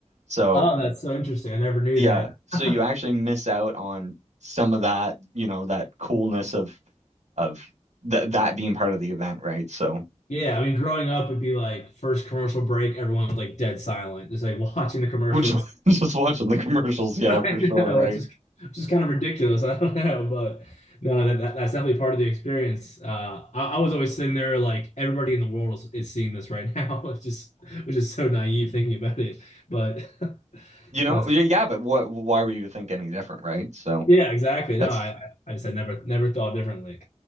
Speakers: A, on the right; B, on the left.
A: So
B: Oh, that's so interesting. I never knew
A: Yeah,
B: that.
A: so
B: <laughs>
A: you actually miss out on some of that, you know, that coolness of of that that being part of the event, right? So,
B: Yeah, I mean, growing up would be like first commercial break, everyone's like dead silent, just like <laughs> watching the commercials.
A: which <laughs> just watching the commercials, yeah,
B: <laughs> I
A: for sure,
B: know
A: right?
B: it's just it's just kind of ridiculous. <laughs> I don't know, but no, that, that- that's definitely part of the experience. Uh, I, I was always sitting there like everybody in the world is, is seeing this right now, <laughs> It's just, which is so naive thinking about it. But <laughs>
A: You know,
B: that's
A: yeah, yeah, but what why were you to think any different, right? So,
B: yeah, exactly.
A: that's
B: No, I I just had never never thought differently.